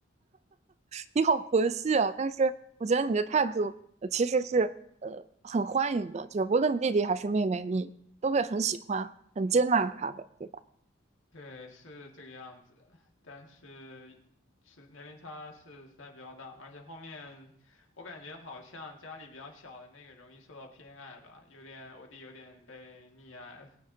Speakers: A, on the right; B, on the left.
A: 你好佛系啊！但是我觉得你的态度呃其实是呃很欢迎的，就是无论弟弟还是妹妹，你都会很喜欢、很接纳他的，对吧？
B: 对，是这个样子，但是是年龄差是实在比较大嘛而且后面我感觉好像家里比较小的那个容易受到偏爱吧，有点我弟有点被溺爱了